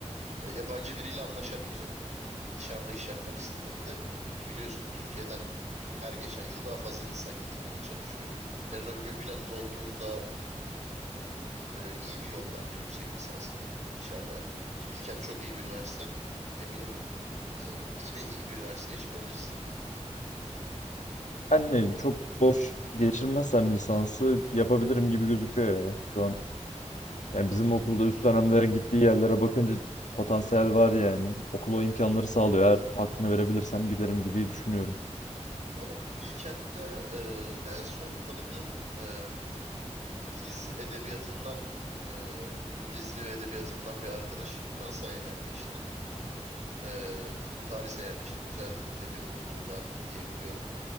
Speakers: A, on the right; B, on the left.
A: e, yabancı biriyle anlaşamayacaktım. Dışarıda iş yapmak istediğimde ki biliyorsun Türkiye'den her geçen yıl daha fazla insan gitmeye çalışıyor. Yarın öbür gün planın olduğunda e, iyi bir yol bence yüksek lisansını dışarıda yapmak. Ki Bilkent çok iyi bir üniversite. Eminim e, yine iyi bir üniversiteye çıkabilirsin.
B: Hani çok boş geçirmezsem lisansı yapabilirim gibi gözüküyor ya. Şu an
A: Hı hı.
B: yani bizim okulda üst dönemlerin gittiği yerlere bakınca potansiyel var yani. Okul o imkanları sağlıyor. Eğer hakkını verebilirsem giderim gibi düşünüyorum.
A: Valla Bilkent'te e, en son tanıdığım e, İngiliz edebiyatından, e, İngiliz dili ve edebiyatından bir arkadaş Fransa'ya yerleşti. E, Paris'e yerleşti. Güzel de bir okulda diyebiliyorum.